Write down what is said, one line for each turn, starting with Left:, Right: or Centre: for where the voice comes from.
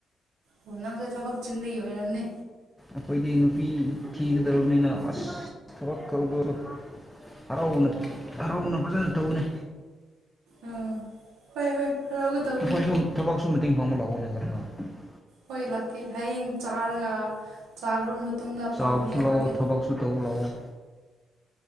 Right: ꯑꯣ ꯅꯪꯁꯦ ꯊꯕꯛ ꯆꯤꯟꯕꯒꯤ ꯑꯣꯏꯔꯝꯅꯦ
Centre: ꯑꯩꯈꯣꯏꯗꯤ ꯅꯨꯄꯤ ꯊꯤꯒꯗꯧꯔꯕꯅꯤꯅ ꯑꯁ ꯊꯕꯛ ꯇꯣ ꯍꯔꯥꯎꯅ ꯍꯔꯥꯎꯅ ꯐꯖꯅ ꯇꯧꯕꯅꯦ
Right: ꯎ ꯍꯣꯏ ꯍꯣꯏ ꯍꯔꯥꯎꯒꯗꯧꯕꯅꯤ
Centre: ꯅꯈꯣꯏꯁꯨ ꯊꯕꯛꯁꯨ ꯃꯇꯦꯡ ꯄꯥꯡꯕ ꯂꯥꯛꯑꯣꯅꯦ <unintelligible>
Right: ꯍꯣꯏ ꯂꯥꯛꯀꯦ ꯍꯌꯦꯡ ꯆꯥꯔꯒ ꯆꯥꯈ꯭ꯔꯕ ꯃꯇꯨꯡꯗ
Centre: ꯆꯥꯕꯁꯨ
Right: ꯄꯪꯅꯤꯉꯥꯢ
Centre: ꯂꯥꯛꯑꯣ
Right: ꯂꯥꯛꯀꯦ
Centre: ꯊꯕꯛꯁꯨ ꯇꯧꯕ ꯂꯥꯛꯑꯣ